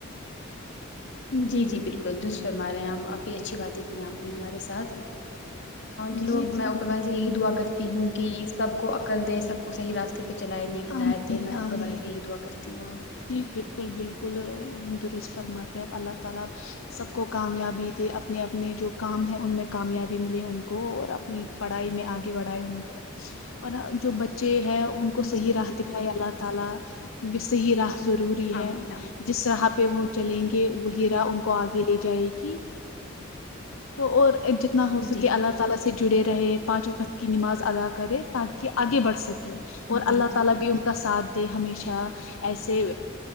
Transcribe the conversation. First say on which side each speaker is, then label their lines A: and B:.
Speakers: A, on the left; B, on the left.
A: جی جی بالکل درست فرمارہے ہیں آپ کافی اچھی باتیں کی آپ نے ہمارے ساتھ
B: جی
A: چلو
B: جی
A: میں اوپر
B: بال-
A: والے سے یہی دعا کرتی ہوں کہ سب کو عقل دے سب کو صحیح راستے پہ پہ چلائے نیک ہدات
B: آمین
A: دے میں اوپر
B: آمین
A: والے سے یہی دعا کرتی ہوں
B: جی بالکل بالکل درست فرماتے ہیں آپ اللہ تعالی سب کو کامیابی دے اپنے اپنے جو کام ہیں ان میں کامیابی ملے ان کو اور اپنی پڑھائی میں آگے بڑھائے ان کو اور جو بچے ہیں ان کو صحیح
A: جی
B: راہ
A: جی
B: دکھاائے اللہ تعالی کیونکہ صحیح راہ ضروری ہے
A: آمین
B: جس راہ پہ وہ چلیں گے وہی
A: آمین
B: راہ ان کو آگے لے جائے گی تو اور جتنے نا ہو سکے
A: جی
B: اللہ تعالی سے جڑے رہے پانچ وقت کی نماز ادا کرے تاکہ آگے بڑھ سکے
A: جی
B: اور اللہ
A: جی
B: تعالی بھی ان کا ساتھ دے ہمیشہ ایسے